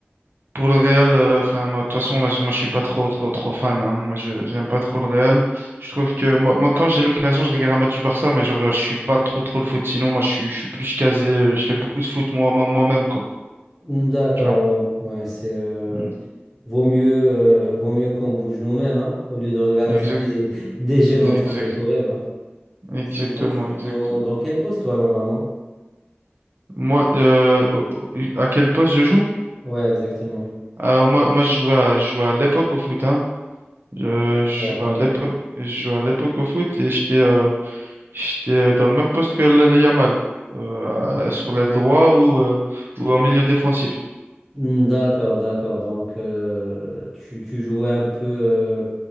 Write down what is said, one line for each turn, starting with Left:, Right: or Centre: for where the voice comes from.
Right: pour le Real, euh, enfin, moi, de toute façon, moi, je, moi, je suis pas trop, trop, trop fan. hein. Moi, je, j'aime pas trop le Real. Je trouve que moi, moi quand j'ai l'occasion, je regarde un match du Barça, mais genre, euh, je suis pas trop, trop le foot. Sinon, moi, je suis, je suis plus casé. euh, Je fais beaucoup de foot moi, moi, moi-même, quoi.
Centre: D'accord,
Right: Tu vois?
Centre: ouais, ouais, c'est euh,
Right: Mm.
Centre: vaut mieux, euh, vaut mieux qu'on bouge nous-mêmes hein, au lieu de regarder
Right: Exact,
Centre: <laughs> des, des jeunes
Right: exact,
Centre: en train de courir. hein.
Right: exactement,
Centre: Sinon, tu joues
Right: exactement.
Centre: dans, dans quel poste toi normalement?
Right: Moi, euh, au- au- à quel poste je joue?
Centre: Ouais, exactement.
Right: Alors moi, moi je jouais à, je jouais à l'époque au foot, hein. Je,
Centre: D'accord,
Right: je jouais à l'époque, je jouais à l'époque au foot et j'étais euh, j'étais euh, dans le même poste que le le Yamal, euh, à- sur l'aile droit ou, euh, ou en milieu défensif.
Centre: Hmm, d'accord. d'accord. Donc, euh, tu, tu jouais un peu euh,